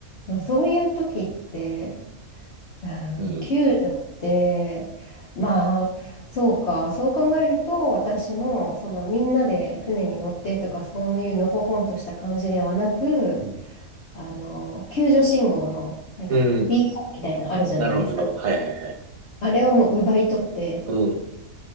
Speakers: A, on the left; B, on the right.
A: でもそういう時って、うん、
B: うん。
A: 救助って、まあ、そうか、そう考えると、私も、その、みんなで船に乗ってとか、そういうのほほんとした感じではなく、
B: うん。
A: あの、救助信号の、なんか、
B: うん。
A: ビーコンみたいなあるじゃないですか。
B: なるほど、なるほど。はいはいはい。
A: あれをもう奪い取って、
B: うん。